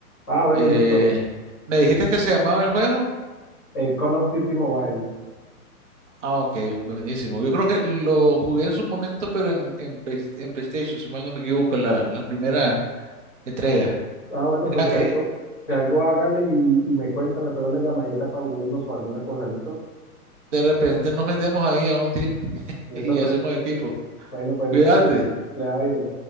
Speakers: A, on the left; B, on the right.
A: Ah, bueno,
B: Eh,
A: listo.
B: ¿me dijiste que se llamaba el juego?
A: Eh, Call of Duty Mobile.
B: Ah, ok, buenísimo. Yo creo que lo jugué en su momento, pero en, en, Play- en PlayStation, si mal no me equivoco, la, la primera entrega.
A: Ah, bueno,
B: Mira
A: pues si
B: que
A: algo, si algo hágale y, y me cuenta, me pega una llamadita para unirnos o alguna cosa, ¿listo?
B: de repente nos metemos ahí a un team <laughs>
A: Listo,
B: y
A: pues,
B: hacemos equipo.
A: bueno, pues,
B: Cuídate.
A: listo. Le va bien.